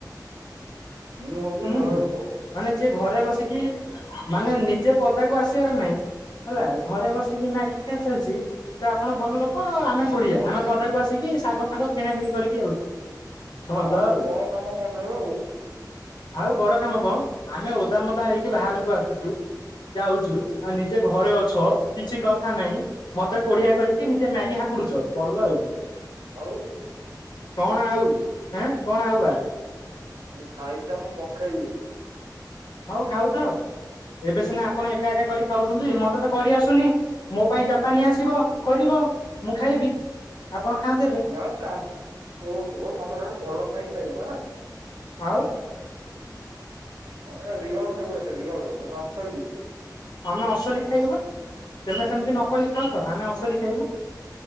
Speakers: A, on the right; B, on the left.
A: ମୁଁ ହଉଚି
B: ହୁଁ
A: ଭଲ
B: ହୁଁ
A: ଲୋକ।
B: ମାନେ ଯିଏ ଘରେ ବସିକି ମାନେ ନିଜେ ପଦାକୁ ଆସିବାର ନାହିଁ ହେଲା
A: ହୁଁ
B: ଘରେ ବସିକି ନା ଗି ଦେ ଚାଲିଛି ତ ଆପଣ ଭଲ ଲୋକ ଆମେ କୁଡିଆ ଆମେ ପଦାକୁ ଆସିକି ଶାଗ ଆଗ କିଣା କିିଣି କରିକି ଯାଉଛୁ। ଭଲ
A: ହଁ
B: ଆଉ
A: ବହେ କାମ କରିଦେବେ ଆଉ।
B: ଆଉ ବଡ କାମ କଁ ଆମେ ଓଦାମଦା ହେଇକି ବାହାରୁକୁ ଆସୁଚୁ। ଯାଉଛୁ ଆଉ ନିଜେ ଘରେ ଅଛ କିଛି କଥା ନାଇଁ। ମତେ କୋଢିଆ କହିକି ନିଜେ ମ୍ୟାଗି ହାପୁଡୁଚ। ଭଲ ଆଉ କଣ?
A: ଆଉ।
B: କଣ ଆଉ ଏଁ କଣ ଆଉ ବା?
A: ମୁଁ ଖାଇକି ତମୁକୁ ପକେଇବି।
B: ହଉ ଖାଉଥାଅ। ଏବେ ସିନା ଆପଣ ଏକା ଏକା କରି ଖାଉଛନ୍ତି ମତେ ତ କରି ଆସୁନି। ମୋ ପାଇଁ ଯା ପାନି ଆସିବ
A: ହୁଁ
B: କରିବ, ମୁଁ ଖାଇବି, ଆପଣ ଖାଆନ୍ତୁ ଏବେ।
A: ନାଇଁ କା ଓ ହୋ କାମରେ ଭଲ ଖାଇ ଖାଇବ ନା
B: ଆଉ।
A: ହଁ ରିଅଲ ଖାଇବ ଏବେ ବି ରିଅଲ ମାନେ ଅସଲି।
B: ଆମେ ଅସଲି ଖାଇବୁ ବା ତେମେ ସେମିତି ନକଲି ଖାଉଥାଅ ଆମେ ଅସଲି ଖାଇବୁ।